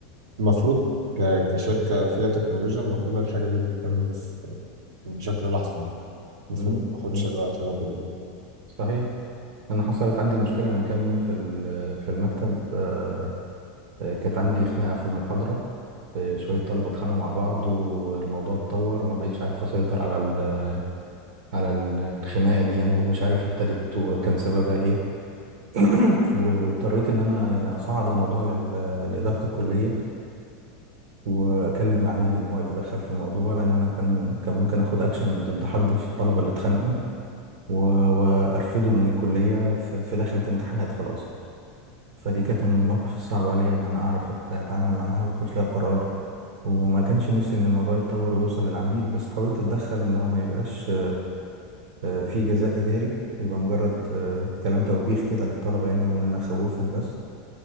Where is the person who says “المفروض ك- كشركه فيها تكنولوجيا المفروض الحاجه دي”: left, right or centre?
Right